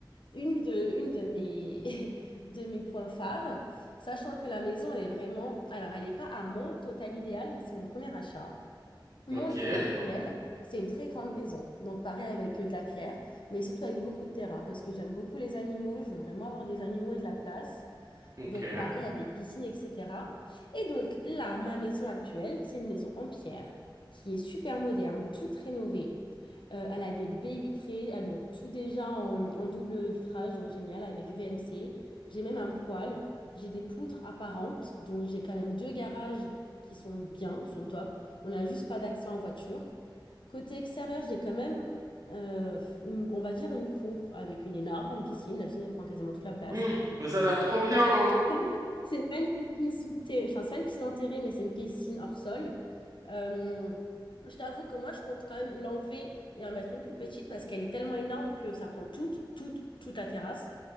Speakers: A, on the left; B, on the right.
A: une de, une de mes, <laughs> de mes points phares. Sachant que la maison, elle est vraiment... Alors, elle n'est pas à mon total idéal, mais c'est mon premier achat. Mon
B: Ok,
A: idéal,
B: trop
A: réel,
B: bien.
A: c'est une très grande maison. Donc, pareil avec euh, de la pierre, mais surtout avec beaucoup de terrain parce que j'aime beaucoup les animaux. Je veux vraiment avoir des animaux et de la place.
B: Ok.
A: Donc, pareil avec piscine, etc. Et donc, là, ma maison actuelle, c'est une maison en pierre qui est super moderne, toute rénovée. Euh, elle a des baies vitrées, elle a donc tout déjà en, en double vitrage, donc génial, avec VMC. J'ai même un poêle, j'ai des poutres apparentes, donc j'ai quand même deux garages qui sont bien, sont top. On n'a juste pas d'accès en voiture. Côté extérieur, j'ai quand même, euh, une- on va dire, une cour avec une énorme piscine. La piscine, elle prend quasiment toute la place.
B: Mmh, mais ça a l'air trop bien.
A: <laughs> C'est pas une piscine sous terre, enfin, c'est pas une piscine enterrée, mais c'est une piscine hors sol. Euh, je t'avoue que moi, je compte quand même l'enlever et en mettre une plus petite parce qu'elle est tellement énorme que ça prend toute, toute, toute la terrasse.